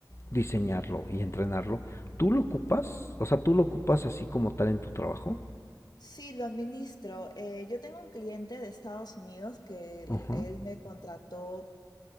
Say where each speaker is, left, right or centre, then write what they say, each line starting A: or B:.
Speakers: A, on the left; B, on the left.
A: diseñarlo y entrenarlo, ¿tú lo ocupas? O sea, ¿tú lo ocupas así como tal en tu trabajo?
B: Sí, lo administro. Eh, yo tengo un cliente de Estados Unidos que él,
A: Ajá.
B: él me contrató